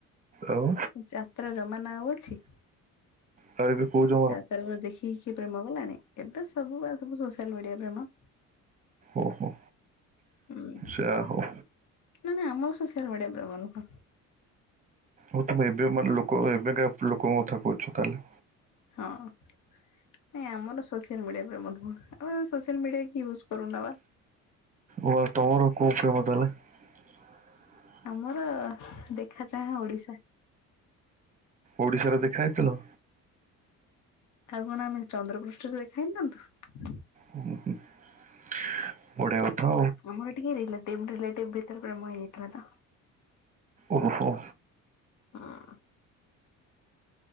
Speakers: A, on the right (about 25°); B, on the left (about 65°).
A: ଆଉ।
B: ଯାତ୍ରା ଜମାନା ଆଉ ଅଛି।
A: ତ ଏବେ କହୁଛ
B: ଯାତ୍ରରୁ ଦେଖିଖି ପ୍ରେମ କଲାଣି ଏବେ ସବୁ ବା ସବୁ ସୋସିଆଲ୍ ମିଡିଆ ପ୍ରେମ।
A: ଓ ହୋ।
B: ହୁଁ
A: ଯା ହଉ।
B: ନା ନା ଆମର ସୋସିଆଲ୍ ମିଡିଆ ପ୍ରେମ ନୁହ।
A: ଓ ତମେ ଏବେ ମାନେ ଲୋକ ଏବେକା ଲୋକଙ୍କ କଥା କହୁଛ ତାହେଲେ।
B: ହଁ ନାଇଁ ଆମର ସୋସିଆଲ ମିଡିଆ ପ୍ରେମ ନୁହ ଆମେ ସୋସିଆଲ ମିଡିଆ କିଏ ୟୁଜ କରୁନୁ ବା।
A: ଓ ତମର କଉ ପ୍ରେମ ତାହାଲେ? <inaudible>
B: ଆମର ଦେଖା ଚାହା ଓଡ଼ିଶା।
A: ଓଡିଶାରେ ଦେଖା ହେଇଥିଲ?
B: ଆଉ କଣ ଆମେ ଚନ୍ଦ୍ରପୃଷ୍ଠରେ ଦେଖାହେଇଥାନ୍ତୁ।
A: ଓ ହ ହୁଁ <inaudible> ବଢ଼ିଆ କଥା।
B: ଆମର ଟିକେ ରିଲେଟିଭ ରିଲେଟିଭ ଭିତରେ ପ୍ରେମ ହେଇଯାଇଥିଲା ତ।
A: ଓହୋ।
B: ହଁ।